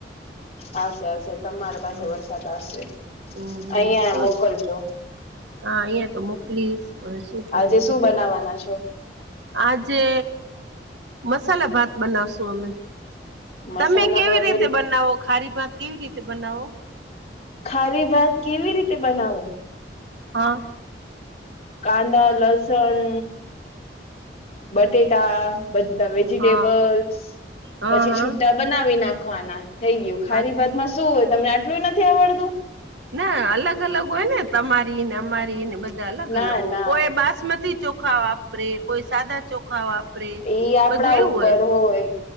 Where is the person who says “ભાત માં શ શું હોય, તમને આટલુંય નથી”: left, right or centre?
Left